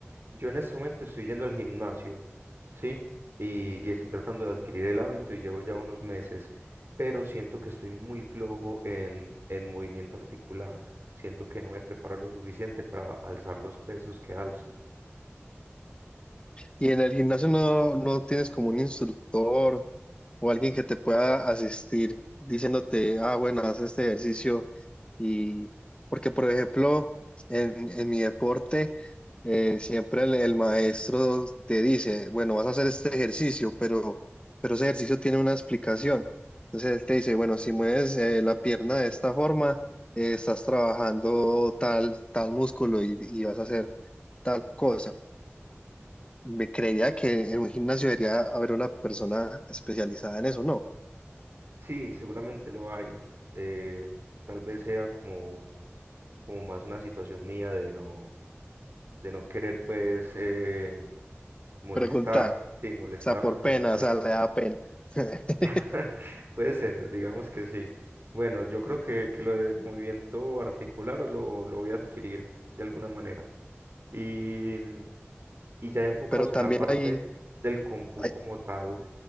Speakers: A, on the right (about 55°); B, on the left (about 25°).
A: yo en este momento estoy yendo al gimnasio, ¿sí? Y, y estoy tratando de adquirir el hábito y llevo ya unos meses, pero siento que estoy muy flojo en, en movimiento articular. Siento que no me preparo lo suficiente para alzar los pesos que alzo.
B: Y en el gimnasio no, no tienes como un instructor o alguien que te pueda asistir diciéndote, ah, bueno, haz este ejercicio. Y porque, por ejemplo, en, en mi deporte, eh, siempre el, el maestro te dice, bueno, vas a hacer este ejercicio, pero, pero ese ejercicio tiene una explicación. Entonces él te dice, bueno, si mueves eh, la pierna de esta forma, eh, estás trabajando tal, tal músculo y, y vas a hacer tal cosa. Me creería que en un gimnasio debería haber una persona especializada en eso, ¿no?
A: Sí, seguramente lo hay. eh, tal vez sea como, como más una situación mía de no, de no querer, pues, eh, molestar,
B: preguntar, o
A: sí, molestar
B: sea, por
A: o preguntar.
B: pena, o sea, le da pena. <laughs>
A: <laughs> Puede ser, digamos que sí. Bueno, yo creo que, que lo de movimiento articular lo, lo voy a adquirir de alguna manera. Y, y ya enfocados
B: Pero también
A: en la parte
B: ahí,
A: del Kung Fu
B: ahí-
A: como tal,